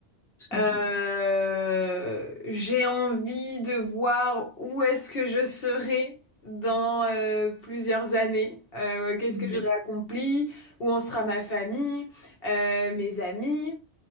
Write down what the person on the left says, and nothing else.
Euh,
j'ai envie de voir où est-ce que je serai dans euh, plusieurs années. Euh, qu'est-ce
que j'aurai accompli, où en sera ma famille, euh, mes amis.